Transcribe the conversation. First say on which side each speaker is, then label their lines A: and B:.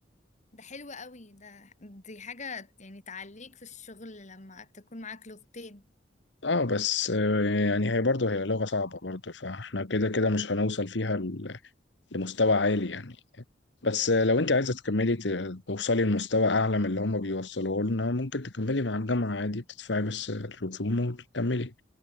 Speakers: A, on the left; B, on the left.
A: ده حلو قوي ده دي حاجة يعني تعليك في الشغل لما تكون معاك لغتين
B: اه بس آه، يعني هي برضه هي لغة صعبة برضه فاحنا كده كده مش هنوصل فيها ل- لمستوى عالي يعني بس آه، لو انت عايزة تكملي ت- توصلي لمستوى أعلى من اللي هما بيوصلوه لنا ممكن تكملي مع الجامعة عادي بتدفعي بس الرسوم وتكملي